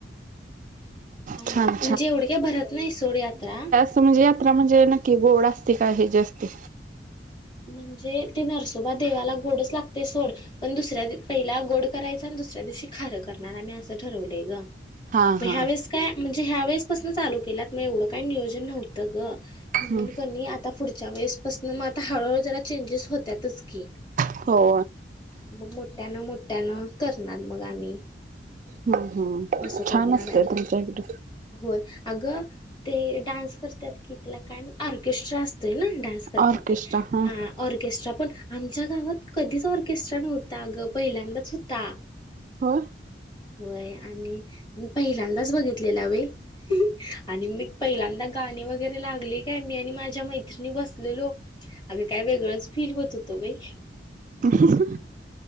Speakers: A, on the left (about 25°); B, on the right (about 45°).
A: आणि
B: छान
A: म्हणजे एवढक्या भरत नाही सोडयात्रा.
B: स म्हणजे यात्रा म्हणजे नक्की गोड असते का हेज असते.
A: म्हणजे ते नरसोबा देवाला गोडच लागते सोड. पण दुसऱ्या पहिला गोड करायचा, आणि दुसऱ्या दिवशी खारं करणार आम्ही असं ठरवलंय गं.
B: हा
A: म
B: हा
A: ह्या वेळेस काय म्हणजे ह्या वेळेसपसननं चालू केलात मग एवढं काही नियोजन नव्हतं गं.
B: हम्म
A: म्हणून कनी आता पुढच्या वेळेसपसूनं म आता हळूहळू जरा चेंजेस होत्यातच की.
B: हो.
A: मग मोठ्यानं मोठ्यानं करणार मग आम्ही.
B: हम्म हम्म
A: असं
B: छान
A: करणार
B: असतंय
A: आहे
B: तुमच्या इकडे.
A: होय अगं ते डान्स करत्यात की तिला काय ऑर्केस्ट्रा असतोय ना डान्स. करतात
B: ऑर्केस्ट्रा
A: ते
B: हं.
A: हा ऑर्केस्ट्रा पण आमच्या गावात कधीच ऑर्केस्ट्रा नव्हता गं पहिल्यांदाच होता.
B: हो.
A: होय आणि मी पहिल्यांदाच बघितलेला बाई. आणि मी पहिल्यांदा गाणी वगैरे लागले काय मी आणि माझ्या मैत्रिणी बसलेलो अगं काय वेगळंच फील होत होतो बाई.
B: <unintelligible>